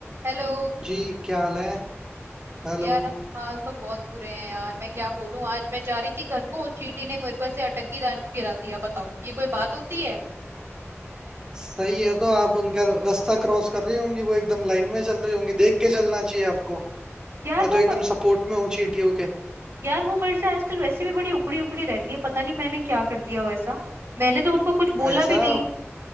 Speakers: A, on the right (about 60°); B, on the right (about 15°).
A: Hello
B: जी क्या हाल है हेलो
A: यार हाल तो बहुत बुरे हैं यार मैं क्या बोलूं आज मैं जा रही थी घर को चींटी ने मेरे को ऐसे अटंगी डाल के गिरा दिया बताओ ये कोई बात होती है
B: सही है तो आप उनका रास्ता क्रॉस कर रही होंगी वो एकदम लाइन में चल रही होंगी देख के चलना चाहिए आपको
A: यार
B: मैं तो
A: वो
B: एकदम
A: प-
B: सपोर्ट में हूँ चींटियों के
A: यार वो मेरे से आजकल वैसे भी बड़ी उखड़ी उखड़ी रहती है पता नहीं मैंने क्या कर दिया हो ऐसा मैंने तो उनको कुछ
B: भाई
A: बोला
B: साहब
A: भी नहीं